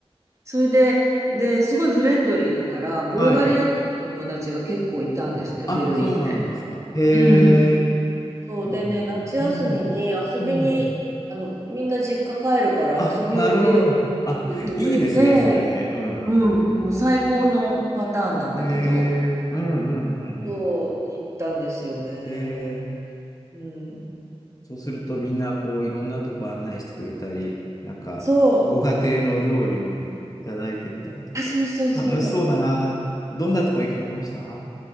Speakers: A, on the right (about 30°); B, on the left (about 35°).
A: それで、で、すごいフレンドリーだから、ブルガリア人の友達が結構いたんですね、
B: はい。あ、
A: ベルリンで。
B: そうなんですか。へ
A: うん。
B: え。
A: そうでね、
B: なるほど。
A: 夏休みに遊びに、
B: うん。うん。
A: あの、みんな実家帰るから遊びおいでよって
B: あ、なるほど。あ、
A: 言ってくれて、
B: いいですね、それね。うん。
A: うん、もう最高のパターンなんだけど、
B: えー、うんうんうんうん。
A: そう、行ったんですよね。
B: えー、
A: うん。
B: そうするとみんなこういろんなとこ案内してくれたり、なんかご家庭の料理にいただいてみたりとか。
A: そう。あ、そうそうそう。
B: 楽しそうだな。どんなとこ行かれました